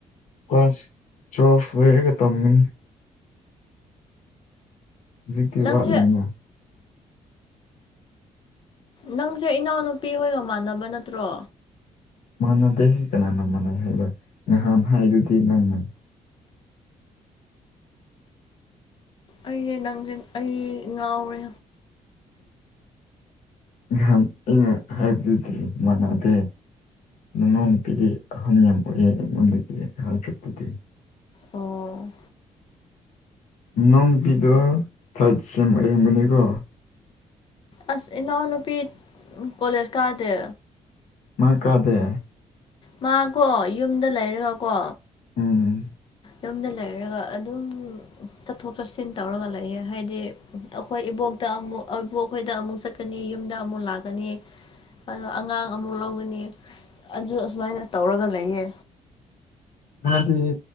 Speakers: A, on the left; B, on the left.
A: ꯀꯥꯁ ꯆꯣꯁꯨ ꯂꯩꯒ ꯇꯝꯅꯤ ꯍꯧꯖꯤꯛꯀꯤ
B: ꯅꯪꯁꯦ
A: ꯋꯥꯠꯂꯤꯅ
B: ꯅꯪꯁꯦ ꯏꯅꯥꯎꯅꯨꯄꯤ ꯍꯣꯏꯒ ꯃꯥꯟꯅꯕ ꯅꯠꯇ꯭ꯔꯣ
A: ꯃꯥꯟꯅꯗꯦ ꯀꯅꯥꯅ ꯃꯥꯟꯅꯩ ꯍꯥꯏꯕ ꯅꯍꯥꯟ ꯍꯥꯏꯗꯨꯗꯤ ꯅꯪꯅ
B: ꯑꯩꯁꯦ ꯅꯪ ꯑꯩ ꯉꯥꯎꯔꯦ
A: ꯅꯍꯥꯟ ꯑꯩꯅ ꯍꯥꯏꯕꯗꯨꯗꯤ ꯃꯥꯟꯅꯗꯦ ꯅꯣꯡꯃꯀꯤꯗꯤ ꯑꯍꯪ ꯌꯥꯝ ꯄꯣꯛꯑꯦ ꯑꯩꯉꯣꯟꯗꯒꯤ ꯍꯥꯏꯜꯐꯠꯇꯗꯤ
B: ꯑꯣ
A: ꯅꯝꯕꯤꯗꯣ ꯊꯥꯏꯠꯁꯤꯝ ꯑꯌꯨꯨꯝꯕꯅꯤꯀꯣ
B: ꯑꯁ ꯏꯅꯥꯎꯅꯄꯤ ꯀꯣꯂꯖ ꯀꯥꯗ
A: ꯃꯥ ꯀꯗꯦ
B: ꯃꯥꯀꯣ ꯌꯨꯝꯗ ꯂꯩꯔꯒꯀꯣ
A: ꯎꯝ
B: ꯌꯨꯝꯗ ꯂꯩꯔꯒ ꯑꯗꯨꯝ ꯆꯠꯊꯣꯛ ꯆꯠꯁꯤꯟ ꯇꯧꯔꯒ ꯂꯩꯌꯦ ꯍꯥꯏꯗꯤ ꯑꯩꯈꯣꯏ ꯏꯕꯣꯛ ꯑꯃꯨ ꯑꯃꯨꯛ ꯑꯩꯕ ꯑꯩꯈꯣꯏꯗ ꯑꯃꯨꯛ ꯆꯠꯀꯅꯤ ꯌꯨꯝꯗ ꯑꯃꯨꯛ ꯂꯥꯛꯀꯅꯤ ꯑꯗꯣ ꯑꯉꯥꯡ ꯑꯃꯨꯛ ꯂꯒꯅꯤ ꯑꯗꯨ ꯑꯁꯨꯃꯥꯏꯅ ꯇꯧꯔꯒ ꯂꯩꯌꯦ
A: ꯃꯥꯗꯤ